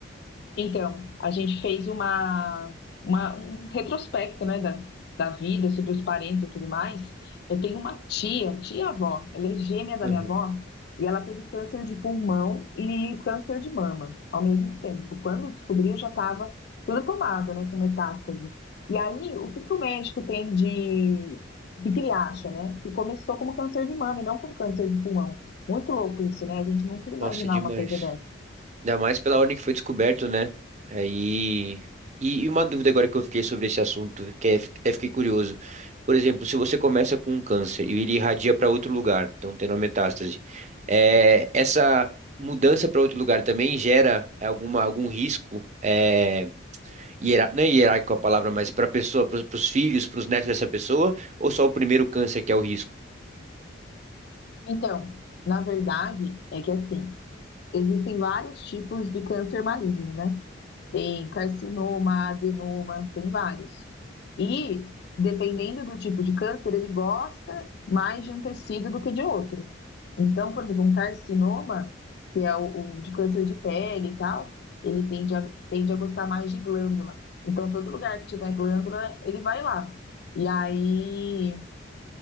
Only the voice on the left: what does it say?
Então, a gente fez uma, uma- um retrospecto, né, da, da vida, sobre os parentes e tudo mais. Eu tenho uma tia, tia-avó, ela é gêmea da
minha avó, e ela teve câncer de pulmão e câncer de mama ao mesmo tempo. Quando descobriu, já estava tudo tomado, né, com metástase. E aí, o que que o médico tem de... O que que ele acha, né? Que começou como câncer de mama e não como câncer de pulmão. Muito louco isso, né? A gente nunca ia imaginar
uma coisa dessa.
Então, na verdade, é que assim, existem vários tipos de câncer maligno, né? Tem carcinoma, adenoma, tem vários. E, dependendo do tipo de câncer, ele gosta mais de um tecido do que de outro. Então, por exemplo, um carcinoma, que é o, o de câncer de pele e tal, ele tende a, tende a gostar mais de glândula. Então, todo lugar que tiver glândula, ele vai lá. E aí